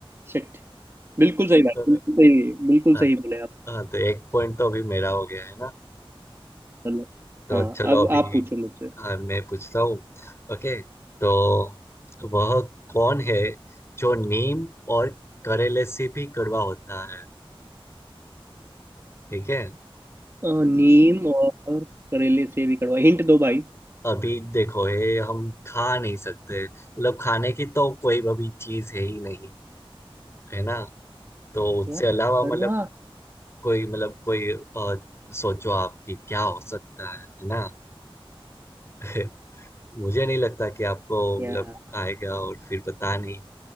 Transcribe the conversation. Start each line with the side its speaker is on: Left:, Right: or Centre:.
Right: शिट बिल्कुल सही भाई
Left: चलो
Right: बिल्कुल सही बिल्कुल
Left: हाँ
Right: सही
Left: तो
Right: बोले आप
Left: हाँ, तो एक पॉइंट तो अभी मेरा हो गया है ना
Right: चलो
Left: तो
Right: हाँ
Left: चलो
Right: अब
Left: अभी
Right: आप पूछो मुझसे
Left: आ, मैं पूछता हूँ ओके तो वह कौन है जो नीम और करेले से भी कड़वा होता है ठीक है
Right: अ, नीम और करेले से भी कड़वा हिंट दो भाई
Left: अभी देखो ये हम खा नहीं सकते मतलब खाने की तो कोई अभी चीज है ही नहीं है ना तो उससे
Right: यार
Left: अलावा
Right: कड़वा
Left: मतलब कोई मतलब कोई आ, सोचो आपकी क्या हो सकता है है ना <laughs> मुझे नहीं लगता कि आपको मतलब
Right: यार
Left: आएगा और फिर पता नहीं